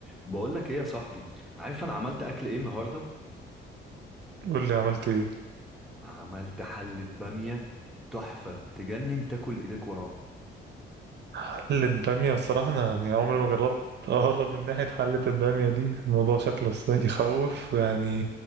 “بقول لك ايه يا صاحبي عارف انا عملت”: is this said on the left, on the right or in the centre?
Centre